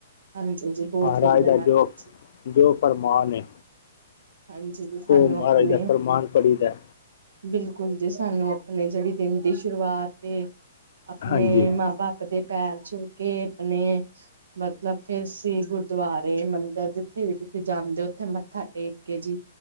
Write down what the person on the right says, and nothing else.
ਹਾਂਜੀ ਜੀ ਬਹੁਤ
ਵਧੀਆ
ਗੱਲ
ਏ ਜੀ।
ਹਾਂਜੀ ਜੀ ਸਾਨੂੰ
ਆਪਣੇ
ਬਿਲਕੁਲ ਜੀ ਸਾਨੂੰ ਆਪਣੇ ਜਿਹੜੀ ਦਿਨ ਦੀ ਸ਼ੁਰੂਆਤ ਏ ਅਪਨੇ
ਮਾਂ ਬਾਪ ਦੇ ਪੈਰ ਛੂਹ ਕੇ ਅਪਨੇ ਮਤਲਬ ਫੇਰ ਅਸੀ ਗੁਰਦੁਆਰੇ, ਮੰਦਰ ਜਿੱਥੇ ਵੀ ਤੁਸੀਂ ਜਾਂਦੇ ਹੋ ਉੱਥੇ ਮੱਥਾ ਟੇਕ ਕੇ ਜੀ